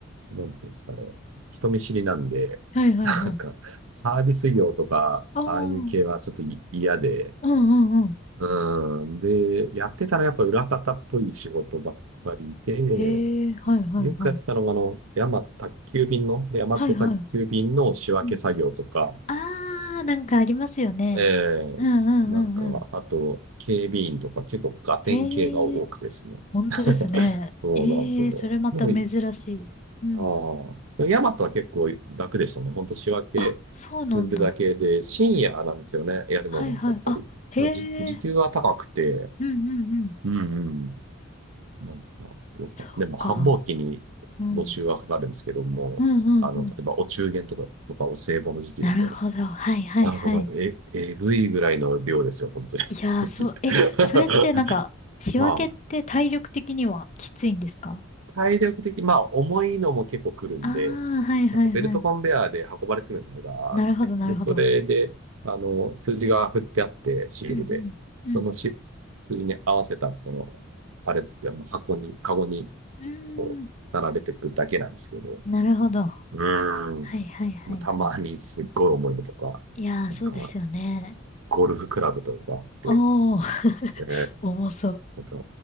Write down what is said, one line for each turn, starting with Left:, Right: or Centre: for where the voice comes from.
Right: なんていうんですかね、人見知りなんで、
Left: はいはいはい。
Right: なんか、サービス業とか、
Left: ああ、うん
Right: ああいう系はちょっとい嫌で、
Left: うんうん。
Right: うん。で、やってたらやっぱ裏方っぽい仕事ばっかりで、
Left: ええはいはいはい。
Right: よくやってたのが、あの、ヤマ、宅急便の、ヤマト宅急便の仕分け作業とか、
Left: はいはい。うん。ああ、なんかありますよね。
Right: ええ
Left: うんうんうん
Right: なんか、あと、警備員とか結構ガテン系が多くてですね。
Left: へえ、本当ですね。
Right: そうなんですよ。
Left: ええ、それまた珍しい。
Right: でも、
Left: うん。
Right: ああ、でもヤマトは結構楽でしたね。ほんと仕分けするだけで、
Left: あ、そうなんだ。
Right: 深夜なんですよね、やるのが、
Left: はいはい。
Right: やっぱり。
Left: あ、へえ、
Right: まあ、じ、時給は高くて、
Left: うんうんうん。
Right: うんうん。なんか、よかった。
Left: そうか。
Right: でも、繁忙期に
Left: うん。
Right: 募集はかかるんですけども、
Left: うんうんうん。
Right: あの、例えば、お中元とか、とか、お歳暮の時期ですよね。
Left: なるほど。はいはいはい。
Right: なんかもう、え、えぐいぐらいの量ですよ、本当に。
Left: いやー、
Right: <laughs>
Left: そう、え、それってなんか、仕分けって体力的にはきついんですか
Right: まあ、体力的、まあ、重いのも結構来るんで、
Left: ああー、はいはいはい。
Right: なんかベルトコンベアで運ばれてくるんですよね、ガーって。
Left: なるほどなるほど。
Right: で、それで、あの、数字が振ってあって、シールで、
Left: うんうん。
Right: そのし、
Left: うん。
Right: 数字に合わせた、この、パレットって、あの箱に、カゴに、
Left: うーん。
Right: こう、並べていくだけなんですけど、
Left: なるほど。
Right: うーん。
Left: はいはいはいはい。
Right: まあ、たまにすっごい重いのとか、
Left: いやー、
Right: なんか、
Left: そうですよね。
Right: ゴルフクラブとかあって、
Left: おー。
Right: ええ
Left: 重そう。
Right: なんか、